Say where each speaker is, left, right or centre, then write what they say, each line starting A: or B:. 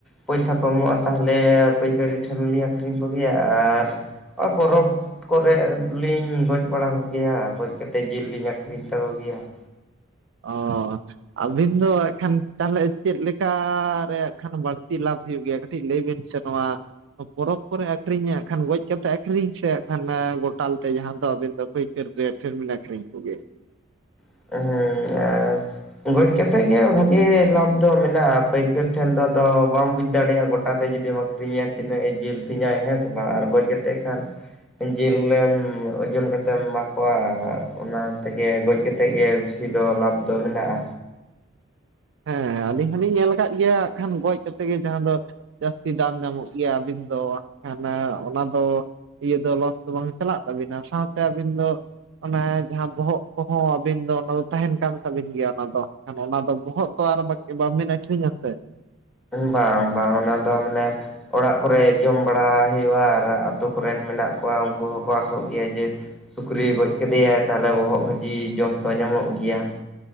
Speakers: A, in the centre; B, on the right.
A: ᱯᱚᱭᱥᱟ ᱠᱚ ᱮᱢᱚᱜᱼᱟ ᱛᱟᱦᱚᱞᱮ ᱯᱟᱹᱭᱠᱟᱹᱨᱤ ᱴᱷᱮᱱᱞᱤᱧ ᱟᱠᱷᱨᱤᱧ ᱠᱚᱜᱮᱭᱟ ᱟᱨ- ᱟᱨ ᱯᱚᱨᱚᱵ ᱠᱚᱨᱮ ᱞᱤᱧ ᱜᱚᱡ ᱵᱟᱲᱟ ᱠᱚᱜᱮᱭᱟ ᱟᱨ ᱜᱚᱡ ᱠᱟᱛᱮᱫ ᱡᱤᱞ ᱞᱤᱧ ᱟᱠᱷᱨᱤᱧ ᱛᱟᱠᱚ ᱜᱮᱭᱟ ᱾
B: ᱚ ᱟᱹᱵᱤᱱ ᱫᱚ ᱮᱠᱷᱟᱱ ᱛᱟᱦᱚᱞᱮ ᱪᱮᱫ ᱞᱮᱠᱟ ᱨᱮ ᱦᱟᱸᱜ ᱠᱷᱟᱱ ᱵᱟᱹᱲᱛᱤ ᱞᱟᱵᱷ ᱦᱩᱭᱩᱜ ᱜᱮᱭᱟ? ᱠᱟᱹᱴᱤᱡ ᱞᱟᱹᱭ ᱵᱤᱱ ᱥᱮ ᱱᱚᱣᱟ ᱯᱚᱨᱚᱵᱽ ᱠᱚᱨᱮ ᱟᱠᱷᱨᱤᱧ ᱦᱟᱸᱜ ᱠᱷᱟᱱ ᱜᱚᱡ ᱠᱟᱛᱮ ᱟᱠᱷᱨᱤᱧ ᱥᱮ ᱦᱟᱸᱜ ᱠᱷᱟᱱ ᱜᱚᱴᱟ ᱛᱟᱞ ᱛᱮ ᱡᱟᱦᱟᱸ ᱫᱚ ᱟᱹᱵᱤᱱ ᱫᱚ ᱯᱟᱹᱭᱠᱟᱹᱨ ᱨᱮ ᱴᱷᱮᱱ ᱵᱤᱱ ᱟᱠᱷᱨᱤᱧ ᱠᱚᱜᱮᱭᱟ ᱾
A: ᱦᱩ <unintelligible> ᱜᱚᱡ ᱠᱟᱛᱮᱫ ᱜᱮ ᱵᱷᱟᱜᱤ ᱞᱟᱵᱷ ᱫᱚ ᱢᱮᱱᱟᱜᱼᱟ, ᱯᱟᱹᱭᱠᱟᱹᱨ ᱴᱷᱮᱱ ᱫᱚ ᱟᱫᱚ ᱵᱟᱢ ᱵᱩᱡ ᱫᱟᱲᱮᱭᱟᱜᱼᱟ ᱜᱚᱴᱟ ᱛᱮ ᱡᱩᱫᱤ ᱟᱹᱠᱷᱨᱤᱧᱟᱭ ᱛᱤᱱᱟᱹᱜ ᱮ ᱡᱤᱞ ᱛᱤᱧᱟᱭ ᱦᱮᱸ ᱥᱮ ᱵᱟᱝ ᱟᱨ ᱜᱚᱡ ᱠᱟᱛᱮᱫ ᱠᱷᱟᱱ ᱡᱤᱞ ᱮᱢ ᱳᱡᱚᱱ ᱠᱟᱛᱮᱢ ᱮᱢᱟ ᱠᱚᱣᱟ ᱚᱱᱟ ᱛᱮᱜᱮ ᱜᱚᱡ ᱠᱟᱛᱮ ᱛᱮᱜᱮ ᱵᱮᱥᱤ ᱫᱚ ᱞᱟᱵᱷ ᱫᱚ ᱢᱮᱱᱟᱜᱼᱟ᱾
B: ᱦᱮᱸ ᱟᱹᱞᱤᱧ ᱦᱚᱞᱤᱧ ᱧᱮᱞ ᱟᱠᱟᱫ ᱜᱮᱭᱟᱜ ᱠᱷᱟᱱ ᱜᱚᱡ ᱠᱟᱛᱮ ᱜᱮ ᱡᱟᱦᱟᱸ ᱫᱚ ᱡᱟᱹᱥᱛᱤ ᱫᱟᱢ ᱧᱟᱢᱚᱜ ᱜᱮᱭᱟ, ᱟᱹᱵᱤᱱ ᱫᱚ ᱠᱷᱟᱱ ᱚᱱᱟ ᱫᱚ ᱤᱭᱟᱹ ᱫᱚ ᱞᱚᱥ ᱫᱚ ᱵᱟᱝ ᱪᱟᱞᱟᱜ ᱛᱟᱵᱤᱱᱟ ᱥᱟᱶᱛᱮ ᱟᱹᱵᱤᱱ ᱫᱚ ᱚᱱᱟ ᱡᱟᱦᱟᱸ ᱵᱚᱦᱚᱜ ᱠᱚᱦᱚᱸ ᱟᱹᱵᱤᱱ ᱫᱚ ᱚᱱᱟ ᱫᱚ ᱛᱟᱦᱮᱱ ᱠᱟᱱ ᱛᱟᱵᱤᱱ ᱜᱮᱭᱟ ᱚᱱᱟ ᱫᱚ, ᱚᱱᱟ ᱵᱚᱦᱚᱜ ᱟᱨ ᱵᱟᱠ ᱵᱟᱝ ᱵᱤᱱ ᱟᱠᱷᱨᱤᱧᱟ ᱥᱮ?
A: ᱵᱟᱝ ᱵᱟᱝ ᱚᱱᱟ ᱫᱚ ᱢᱟᱱᱮ, ᱚᱲᱟᱜ ᱠᱚᱨᱮ ᱡᱚᱢ ᱵᱟᱲᱟ ᱦᱩᱭᱩᱜᱼᱟ ᱟᱨ ᱟᱹᱛᱳ ᱠᱚᱨᱮᱱ ᱢᱮᱱᱟᱜ ᱠᱚᱣᱟ ᱩᱱᱠᱩ ᱦᱚᱸᱠᱚ ᱟᱥᱚᱜ ᱜᱮᱭᱟ ᱡᱮ ᱥᱩᱠᱨᱤ ᱜᱚᱡ ᱠᱮᱫᱮᱭᱟᱭ ᱛᱟᱦᱚᱞᱮ ᱵᱚᱦᱚᱜ ᱵᱷᱟᱹᱡᱤ ᱡᱚᱢ ᱫᱚ ᱧᱟᱢᱚᱜ ᱜᱮᱭᱟ ᱾